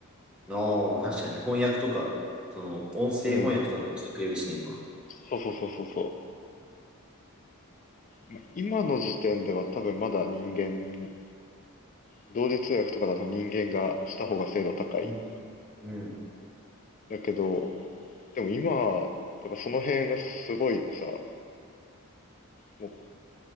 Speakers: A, in the centre; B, on the left.
A: の確かに翻訳とか、その音声翻訳とかもしてくれるしね、
B: うん。
A: 今。
B: そうそうそうそうそう。ま今の時点では多分まだ人間、同時通訳とかだと人間がした方が精度高い。
A: うん、うん、
B: だけど、でも今、だからその辺がすごいさ、もう